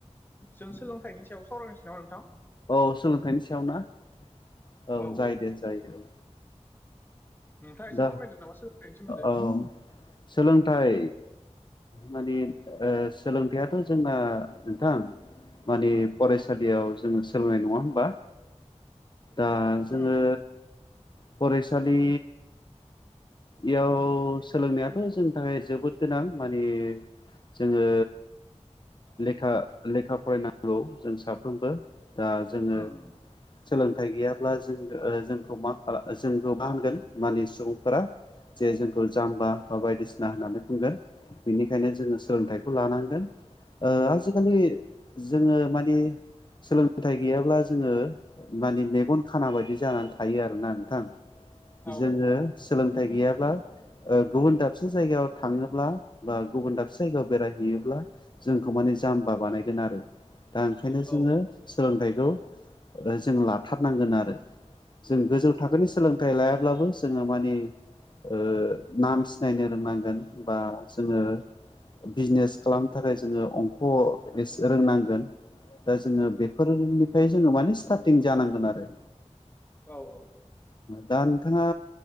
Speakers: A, on the left; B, on the left.
A: जों सोलोंथाइनि सायाव सावरायनोांसै नामा नोंथां?
B: औ सोलोंथाइनि सायाव ना औ
A: औ
B: जायो
A: औ
B: दे जायो औ।
A: नोंथाङा एसे
B: दा
A: फोरमायदो नामा सोलोंथाइनि सोमोन्दै
B: ओव सोलोंथाइ माने ओ सोलोंथाइआथ' जोंना नोंथां माने फरायसालियाव जोङो सोलोंनाय नङा होमबा? ओ जोङो
A: उम उम
B: फरायसालि
A: <inaudible>
B: याव सोलोंनायाथ' जोंनि थाखाय जोबोद गोनां माने जोङो लेखा लेखा फरायनांगौ जों साफ्रोमबो दा जोङो
A: उम उम
B: सोलोंथाइ गैयाब्ला जों ओ जोंखौ मा खाला जोंखौ मा होनगोन माने सुबुंफोरा जे जोंखौ जाम्बा बा बायदिसिना होननानै बुंगोन बेनिखायनो जोङो सोलोंथाइखौ लानांगोन। ओ आजिखालि जोङो मानि सोलोंथाइ गैयाब्ला जोङो मानि मेगन खाना बायदि जानानै थायो आरोना नोंथां।
A: औ
B: जोङो सोलोंथाइ गैयाब्ला ओ गुबुन दाबसे जायगायाव थाङोब्ला बा गुबुन दाबसे जायगायाव बेरायहैयोब्ला जोंखौ माने जाम्बा बानायगोन आरो दा ओंखायनो जोङो
A: औ
B: सोलोंथाइखौ जों लाथारनांगोन आरो जों गोजौ थाखोनि सोलोंथाइ लायाब्लाबो जोङो मानि ओक्षनाम सिनायनो रोंनांगोन बा जोङो बिजनेस खालामनो थाखाय जोङो अंख' एसे रोंनांगोन। दा जोङो बेफोरनिफ्राय जोङो माने स्टारटिं जानांगोन आरो।
A: औ औ औ।
B: दा नोंथाङा